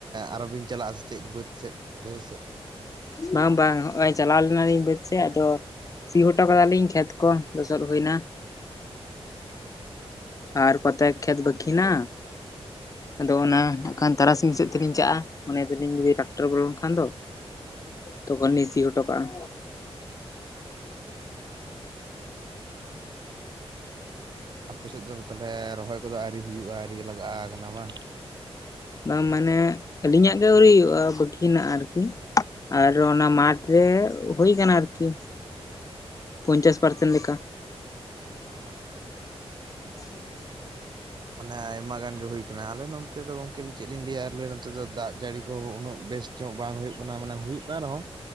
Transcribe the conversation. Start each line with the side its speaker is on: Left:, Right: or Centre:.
Right: ᱟᱨᱚᱵᱤᱱ ᱪᱟᱞᱟᱜᱼᱟ ᱥᱮ ᱪᱮᱫ ᱵᱟᱹᱫᱽ ᱥᱮᱫ ᱵᱟᱹᱭᱦᱟᱹᱲ ᱥᱮᱫ?
Left: ᱵᱟᱝ ᱵᱟᱝ ᱦᱚᱸᱜᱼᱚᱭ ᱪᱟᱞᱟᱣ ᱞᱮᱱᱟᱞᱤᱧ ᱵᱟᱹᱫᱽ ᱥᱮ ᱟᱫᱚ ᱥᱤ ᱦᱚᱴᱚ ᱠᱟᱫᱟᱞᱤᱧ ᱠᱷᱮᱛ ᱠᱚ ᱞᱚᱥᱚᱫ ᱦᱳᱭᱱᱟ᱾
Right: ᱦᱮᱸ
Left: ᱟᱨ ᱠᱚᱛᱮᱠ ᱠᱷᱮᱛ ᱵᱟᱠᱷᱤᱱᱟ ᱟᱫᱚ ᱚᱱᱟ ᱠᱷᱟᱱ ᱛᱟᱨᱟᱥᱤᱧ ᱥᱮᱫ ᱛᱮᱞᱤᱧ ᱪᱟᱼᱟ, ᱢᱚᱱᱮ ᱫᱟᱞᱤᱧ ᱡᱩᱫᱤ ᱴᱟᱠᱴᱟᱨ ᱵᱚᱞᱚᱱᱠᱷᱟᱱ ᱫᱚ ᱾ ᱛᱚᱠᱷᱚᱱ ᱞᱤᱧ ᱥᱤ ᱦᱚᱴᱚ ᱠᱟᱜᱼᱟ᱾
Right: ᱟᱯᱮ ᱥᱮᱫ ᱫᱚ ᱛᱟᱦᱚᱞᱮ ᱨᱚᱦᱚᱭ ᱠᱚᱫᱚ ᱟᱣᱨᱤ ᱦᱩᱭᱩᱜᱼᱟ, ᱟᱣᱨᱤᱮ ᱞᱟᱜᱟᱜᱼᱟ ᱠᱟᱱᱟ ᱵᱟᱝ?
Left: ᱵᱟᱝ ᱢᱟᱱᱮ ᱟᱹᱞᱤᱧᱟᱜ ᱜᱮ ᱳᱭ ᱵᱟᱠᱤ ᱦᱮᱱᱟᱜᱼᱟ ᱟᱨᱠᱤ᱾ ᱟᱨ ᱚᱱᱟ ᱢᱟᱴᱷ ᱨᱮ ᱦᱩᱭ ᱟᱠᱟᱱᱟ ᱟᱨᱠᱤ᱾ ᱯᱚᱧᱪᱟᱥ ᱯᱟᱨᱥᱮᱱ ᱞᱮᱠᱟ᱾
Right: ᱚᱻ
Left: <inaudible>
Right: ᱚᱱᱮ ᱟᱭᱢᱟ ᱜᱟᱱ ᱜᱮ ᱦᱳᱭ ᱠᱟᱱᱟ ᱟᱞᱮ ᱱᱚᱛᱮ ᱫᱚ ᱜᱚᱝᱠᱮ ᱪᱮᱫ ᱞᱤᱧ ᱞᱮᱭᱟ ᱟᱞᱮ ᱱᱚᱛᱮ ᱫᱚ ᱫᱟᱜ ᱡᱟᱹᱲᱤ ᱠᱚᱦᱚᱸ ᱩᱱᱟᱹᱜ ᱵᱮᱥᱴ ᱪᱚᱜ ᱵᱟᱝ ᱦᱩᱭᱩᱜ ᱠᱟᱱᱟ ᱢᱟᱱᱮ ᱦᱩᱭᱩᱜ ᱠᱟᱱ ᱨᱮᱦᱚᱸ